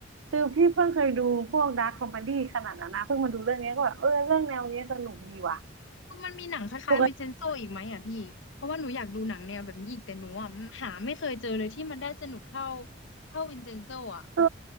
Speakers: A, on the right; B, on the left.
A: คือพี่เพิ่งเคยดูพวกดาร์คคอมเมดี้ขนาดนั้นนะเพิ่งมาดูเรื่องเนี้ยก็แบบเออเรื่องแนวเนี้ยสนุกดีว่ะ
B: มันมีหนังคล้ายๆวินเซนโซอีกไหมอ่ะพี่เพราะว่าหนูอยากดูหนังแนวแบบนี้อีกแต่หนูอ่ะหาไม่เคยเจอเลยที่มันได้สนุกเท่า
A: ปกติ
B: เท่าวินเซนโซอ่ะ
A: เออ